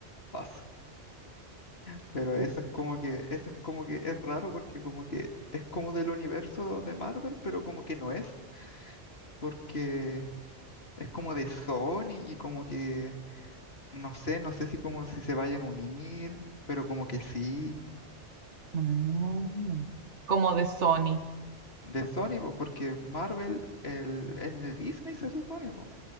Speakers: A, on the left; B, on the right.
A: <laughs> pasa. Pero eso
B: Sí.
A: es como que, eso es como que es raro porque como que es como del universo de Marvel, pero como que no es. porque es como de Sony y como que, no sé, no sé si como si se vayan a unir, pero como que sí,
B: Mm. Como de Sony.
A: de Sony, pues, porque Marvel el- es de Disney, se supone, pues.